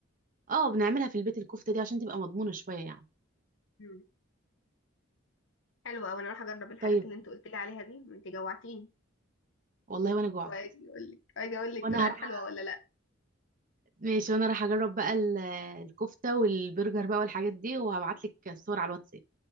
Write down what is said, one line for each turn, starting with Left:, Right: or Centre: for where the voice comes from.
Right: اه بنعملها في البيت الكفته دي عشان تبقى مضمونه شويه يعني
Left: مم. حلوه اوي انا اروح اجرب الحاجات
Right: طيب
Left: اللي انت قلت لي عليها دي انت جوعتيني
Right: والله وانا جوعت
Left: واجي اقول لك واجي اقول لك
Right: وانا
Left: طلعت
Right: هروح
Left: حلوه
Right: أعمل-
Left: ولا لا
Right: ماشي وانا راح اجرب بقى ال- الكفته والبرجر بقى والحاجات دي وهبعت لك الصور على الواتساب